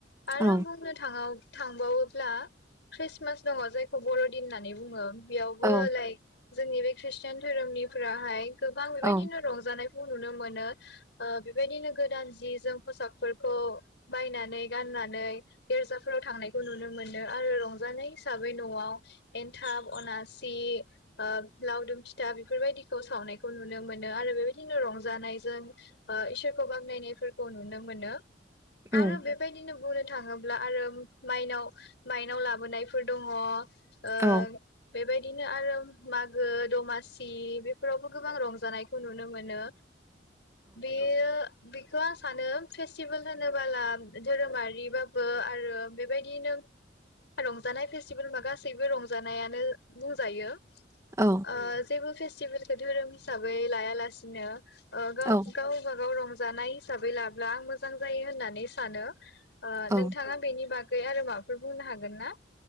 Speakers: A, on the left; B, on the right.
A: आरो
B: औ
A: बुंनो थाङो थांबावोब्ला ख्रिसमास दङ जायखौ बरदिन होननानै बुङो। बेयावबो
B: औ
A: लाइक जोंनि बे खृष्टान धोरोमनिफ्राहाय गोबां बेबायदिनो
B: औ
A: रंजानाय खौ नुनो मोनो ओ बेबायदिनो गोदान जि जोम फसाकफोरखौ बायनानै गाननानै गिर्जाफोराव थांनायखौ नुनो मोनो। आरो रं जानाय हिसाबै नआव एन्थाब अनासि ओ लावदुम फिथा बेफोरबायदिखौ सावनायखौ नुनो मोनो आरो बेबायदिनो रंजानायजों बा इसोरखौ बाखनायनायफोरखौ नुनो मोनो।
B: उम
A: आरो बेबायदिनो बुंनो थाङोब्ला आरो माइनाव माइनाव लाबोनायफोर दङ। ओ
B: औ
A: बे बायदिनो आरो मागो दमासि बेफोरावबो गोबां रंजानायखौ नुनो मोनो। बेयो बेखौ आं सानो फेस्टिभेल होनोबाला धोरोमारि बा बो आरो बेबायदिनो रंजानाय फेस्टिभेल बा गास सैबो रंजानायानो बुंजायो।
B: औ
A: ओ जेबो फेस स्टिभेलखौ धोरोम हिसाबै लाया लासे नो ओ गाव
B: औ
A: गावबागाव रंजानाय हिसाबै लाब्ला मोज मोजां जायो होननानै सानो। ओ
B: औ
A: नोंथाङा बेनि बा गै आरो माबाफोर बुंनो हागोन ना?